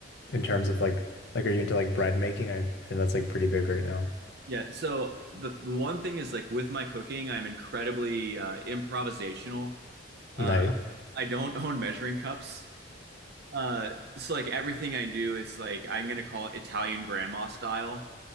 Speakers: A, on the left; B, on the right.
A: in terms of like like are you into like bread making? I and that's like pretty big right now.
B: Yeah, so the the one thing is like with my cooking, I'm incredibly uh, improvisational. Uh,
A: Nice.
B: I don't <laughs> own measuring cups. Uh, so like everything I do, it's like I'm gonna call it Italian grandma style,